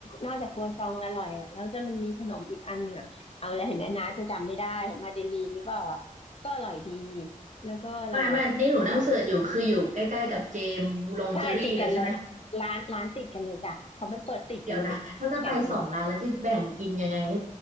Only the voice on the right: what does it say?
ไม่ไม่นี่หนูนั่งเสิร์ชอยู่คืออยู่ใกล้ๆกับเจมส์บูลองเจอรี่เลยใช่ไหม
เดี๋ยวนะถ้าจะไปสองร้านแล้วจะแบ่งกินยังไงให้